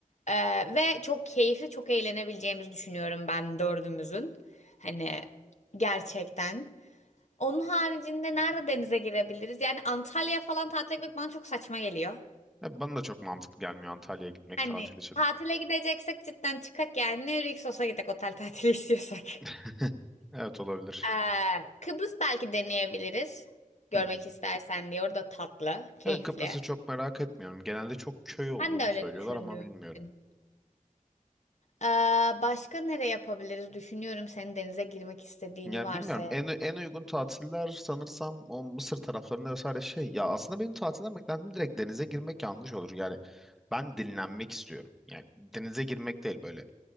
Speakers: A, on the left; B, in the centre.
A: Ee, ve çok keyifli çok eğlenebileceğimizi düşünüyorum ben dördümüzün. Hani gerçekten. Onun haricinde nerede denize girebiliriz? Yani Antalya falan tatil etmek bana çok saçma geliyor.
B: Ya bana da çok mantıklı gelmiyor Antalya'ya gitmek
A: Hani
B: tatil için.
A: tatile gideceksek cidden çıkak yani Rixos'a gidek otel tatili <laughs> istiyorsak.
B: <laughs> Evet olabilir.
A: Ee, Kıbrıs belki deneyebiliriz. Görmek
B: Hı hı.
A: istersen diye. Orada tatlı, keyifli.
B: Ben Kıbrıs'ı çok merak etmiyorum. Genelde çok köy olduğunu
A: Ben de öyle
B: söylüyorlar
A: düşündüğüm
B: ama bilmiyorum.
A: için. Ee, başka nereye yapabiliriz? Düşünüyorum senin denize girmek istediğini
B: Yani
A: varsayarak.
B: bilmiyorum. En, en uygun tatiller sanırsam o Mısır taraflarında vesaire şey. Ya aslında benim tatilden beklentim direkt denize girmek yanlış olur. Yani ben dinlenmek istiyorum. Yani denize girmek değil böyle.